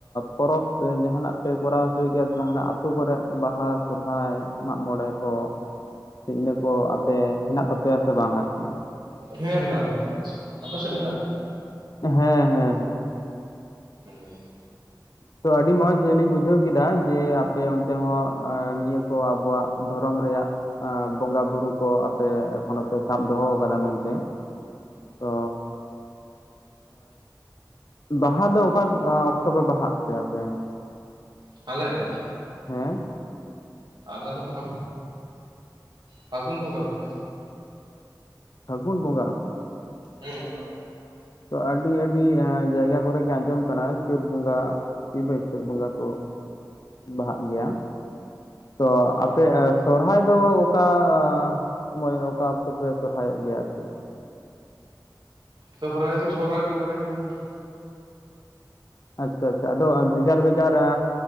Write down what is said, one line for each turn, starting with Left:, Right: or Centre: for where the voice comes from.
Left: ᱯᱚᱨᱚᱵᱽ ᱡᱟᱦᱟᱱᱟᱜ ᱯᱮ ᱠᱚᱨᱟᱣ ᱦᱚᱪᱚᱭ ᱜᱮᱭᱟ ᱥᱮ ᱵᱟᱝ ᱚᱱᱮ ᱟᱛᱳ ᱠᱚᱨᱮ ᱵᱟᱦᱟ᱾ ᱥᱚᱨᱦᱟᱭ ᱢᱟᱜ ᱢᱚᱬᱮ ᱠᱚ ᱤᱱᱟᱹ ᱠᱚ ᱟᱯᱮ ᱦᱮᱱᱟᱜ ᱛᱟᱯᱮᱭᱟ ᱥᱮ ᱵᱟᱝ ᱟᱨᱠᱤ᱾
Right: ᱦᱮᱸ, ᱢᱮᱱᱟᱜᱼᱟ ᱜᱚᱝᱠᱮ ᱟᱞᱮ ᱥᱮᱱ, ᱟᱯᱮ ᱥᱮᱫ ᱢᱮᱱᱟᱜ ᱟᱥᱮ ᱵᱟᱝ?
Left: ᱦᱮᱸ ᱦᱮᱸ ᱾
Right: ᱦᱩᱸ ᱾
Left: ᱛᱚ ᱟᱹᱰᱤ ᱢᱚᱸᱡᱽ ᱟᱹᱞᱤ ᱵᱩᱡᱷᱟᱹᱣ᱾ ᱠᱮᱫᱟ ᱡᱮ ᱟᱯᱮ ᱚᱱᱛᱮ ᱦᱚᱸ ᱱᱤᱭᱟᱹ ᱠᱚ ᱟᱵᱚᱣᱟᱜ ᱫᱷᱚᱨᱚᱢ ᱨᱮᱭᱟᱜ᱾ ᱮ ᱵᱚᱸᱜᱟ ᱵᱩᱨᱩ ᱠᱚ᱾ ᱟᱯᱮ ᱮᱠᱷᱚᱱᱚ ᱯᱮ ᱥᱟᱵ ᱫᱚᱦᱚ ᱟᱠᱟᱫᱟ ᱢᱮᱱᱛᱮ, ᱛᱚ᱾ ᱚ ᱵᱟᱦᱟ ᱫᱚ ᱚᱠᱟ ᱚᱠᱛᱚ ᱯᱮ ᱵᱟᱦᱟᱜ ᱯᱮ ᱟᱯᱮ?
Right: ᱟᱞᱮ?
Left: ᱦᱮᱸ
Right: ᱟᱞᱮ ᱫᱚ ᱯᱷᱟ ᱯᱷᱟᱜᱩᱱ ᱵᱚᱸᱜᱟ ᱜᱚᱝᱠᱮ ᱾
Left: ᱯᱷᱟᱹᱜᱩᱱ ᱵᱚᱸᱜᱟ ᱾
Right: ᱦᱮᱸ᱾
Left: ᱛᱚ ᱟᱹᱰᱤ ᱟᱹᱰᱤ ᱡᱟᱭᱜᱟ ᱠᱚᱨᱮ ᱜᱮ ᱟᱸᱡᱚᱢ ᱠᱟᱱᱟ ᱪᱟᱹᱛ ᱵᱚᱸᱜᱟ ᱾ ᱠᱤ ᱵᱟᱹᱭᱥᱟᱹᱠ ᱵᱚᱸᱜᱟ ᱠᱚ ᱵᱟᱦᱟᱜ ᱜᱮᱭᱟ ᱛᱚ, ᱟᱯᱮ᱾ ᱥᱚᱨᱦᱟᱭ ᱫᱚ ᱚᱠᱟ ᱥᱚᱢᱚᱭ ᱚᱠᱟ, ᱚᱠᱛᱚ ᱯᱮ ᱥᱚᱨᱦᱟᱭᱚᱜ ᱜᱮᱭᱟ ᱟᱨᱠᱤ?
Right: ᱥᱚᱨᱚᱦᱟᱭ ᱫᱚ ᱥᱚᱨᱚᱦᱟᱭ ᱵᱚᱸᱜᱟᱨᱮ ᱜᱮ ᱜᱚᱝᱠᱮ ᱾
Left: ᱟᱪᱪᱷᱟ ᱟᱪᱪᱷᱟ ᱟᱫᱚ ᱵᱷᱮᱜᱟᱨ ᱵᱷᱮᱜᱟᱨ